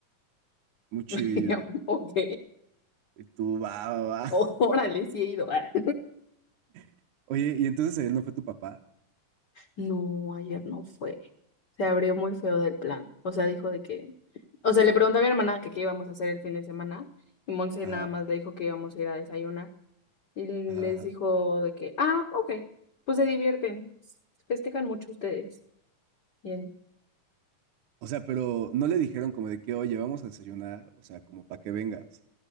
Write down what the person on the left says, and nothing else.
<laughs> Ok.
Órale, sí he ido. <laughs> Ah.
No, ayer no fue. Se abrió muy feo del plan. O sea, dijo de que... O sea, le preguntó a mi hermana que qué íbamos a hacer el fin de semana y Monse
nada más le dijo que íbamos a ir a desayunar. Y les
dijo de que, ah, ok, pues se divierten, festejan mucho ustedes. Bien.